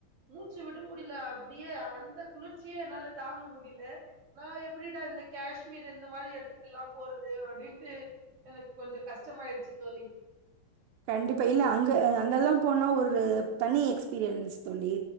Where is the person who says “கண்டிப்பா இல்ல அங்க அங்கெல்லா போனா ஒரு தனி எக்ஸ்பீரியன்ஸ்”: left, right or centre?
Right